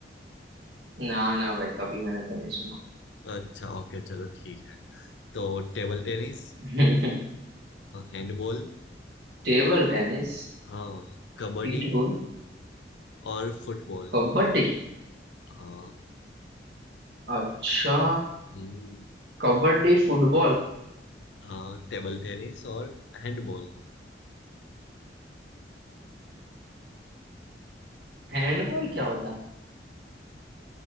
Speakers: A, on the right; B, on the left.
A: ना ना भाई कभी मैंने तो नहीं सुना
B: अच्छा ओके चलो ठीक है तो टेबल टेनिस
A: <laughs>
B: हैंडबॉल
A: Table tennis
B: हाँ कबड्डी
A: पीटबुल
B: और फुटबॉल
A: कबड्डी
B: हाँ
A: अच्छा
B: हम्म,
A: कबड्डी फुटबॉल
B: हाँ टेबल टेनिस और हैंडबॉल
A: हैंडबॉल क्या होता